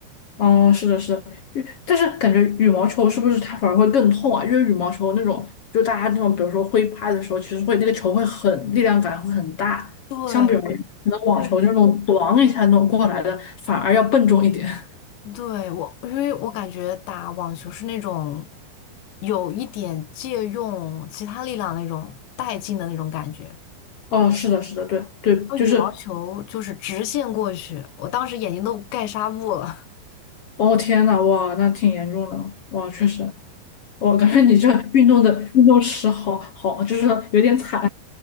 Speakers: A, on the left; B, on the left.
A: 嗯，是的，是的，羽但是感觉羽毛球是不是它反而会更痛啊？因为羽毛球那种，就大家那种，比如说挥拍的时候，其实会那个球会很力量感会很大，
B: 对，
A: 相比而言，
B: 我对
A: 可能网球那种咣一下那种过来的，反而要笨重一点。<laughs>
B: 对我，因为我感觉打网球是那种有一点借用其他力量那种带劲的那种感觉。
A: 哦，是的，是的，对对，
B: 然后羽毛球就是直线过去，
A: 就是，
B: 我当时眼睛都盖纱布了。
A: 哦天呐，哇，那挺严重的，哇，确实，我感觉你这运动的运动史好好，
B: <laughs>
A: 就是有点惨，